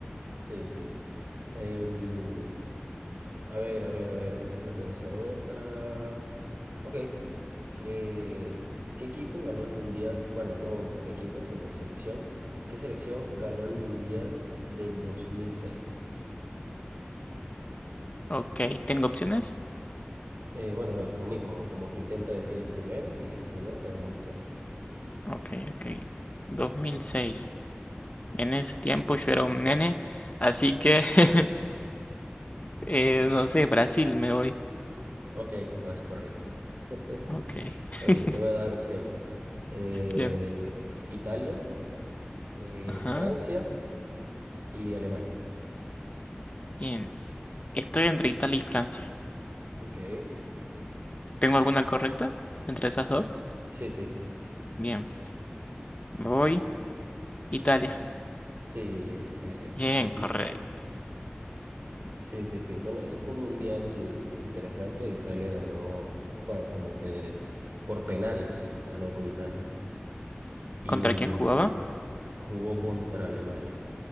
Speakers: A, on the right (about 55°); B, on the left (about 35°).
A: Sí, sí. Em, a ver, a ver, a ver, déjame pensar otra. Ok, ¿qué, qué equipo ganó el Mundial? Bueno, no equipo, sino selección. ¿Qué selección ganó el Mundial del 2006?
B: Ok, ¿tengo opciones?
A: Eh, bueno, lo, lo mismo, como que intenta decir el primero y si no, te damos opciones.
B: Ok, ok. 2006. En ese tiempo yo era un nene, así que, <laughs> eh, no sé, Brasil me voy.
A: Ok, no es correcto. <laughs>
B: Ok,
A: Ok,
B: <laughs>
A: te voy a dar opciones. Eh,
B: bien.
A: Italia, eh,
B: Ajá,
A: Francia y Alemania.
B: bien. Estoy entre Italia y Francia.
A: Ok.
B: ¿Tengo alguna correcta entre esas dos?
A: Sí, sí,
B: Bien, me voy. Italia.
A: sí, es Italia.
B: Bien,
A: Ujú.
B: correcto.
A: Sí, sí, sí. Bueno, ese fue un mundial interesante. Italia ganó, wow, como que por penales ganó por Italia. Y
B: ¿Contra
A: mm,
B: quién jugaba?
A: jugó contra Alemania.